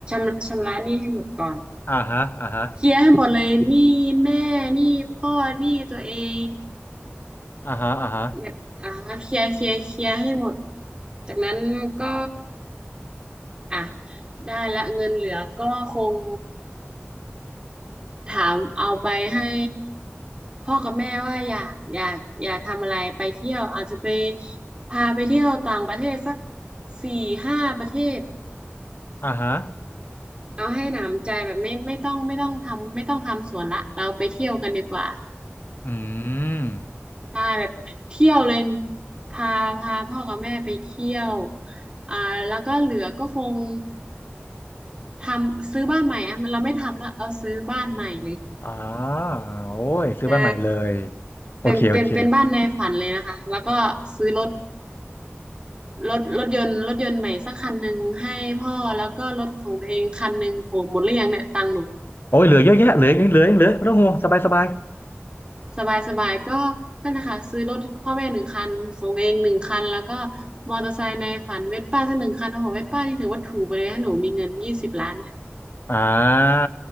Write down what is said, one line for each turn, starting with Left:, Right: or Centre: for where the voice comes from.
Right: ำชำระหนี้ให้หมดก่อน
Left: อ่าฮะอ่าฮะ
Right: เคลียร์ให้หมดเลยหนี้แม่หนี้พ่อหนี้ตัวเอง
Left: อ่าฮะอ่าฮะ
Right: แบบอ่าเคลียร์เคลียร์เคลียร์ให้หมดจากนั้นก็อ่ะได้ละเงินเหลือก็คงถามเอาไปให้พ่อกับแม่ว่าอยากอยากอยากทำอะไรไปเที่ยวอาจจะไปพาไปเที่ยวต่างประเทศสักสี่ห้าประเทศ
Left: อ่าฮะ
Right: เอาให้หนำใจแบบไม่ไม่ต้องไม่ต้องทำไม่ต้องทำสวนละเราไปเที่ยวกันดีกว่า
Left: อืม
Right: ใช่แบบเที่ยวเลยพาพาพ่อกับแม่ไปเที่ยวอ่าแล้วก็เหลือก็คงทำซื้อบ้านใหม่อะมันเราไม่ทำละเราซื้อบ้านใหม่เลย
Left: อ่าโอ้ยซื้อบ้านใหม่เลย
Right: ใช่
Left: โอเคโอเค
Right: เป็นเป็นเป็นบ้านในฝันเลยนะคะแล้วก็ซื้อรถรถรถยนต์รถยนต์ใหม่สักคันหนึ่งให้พ่อแล้วก็รถของตัวเองคันหนึ่งโหหมดหรือยังเนี่ยตังค์หนู
Left: โอ้ยเหลือเยอะแยะเหลือยังเหลือยังเหลือไม่ต้องห่วงสบายสบาย
Right: สบายสบายก็ก็นะคะซื้อรถพ่อแม่หนึ่งคันของตัวเองหนึ่งคันแล้วก็มอเตอร์ไซค์ในฝันเวสป้าสักหนึ่งคันโอ้โหเวสป้านี่ถือว่าถูกไปเลยถ้าหนูมีเงินยี่สิบล้านเนี่ย
Left: อ่า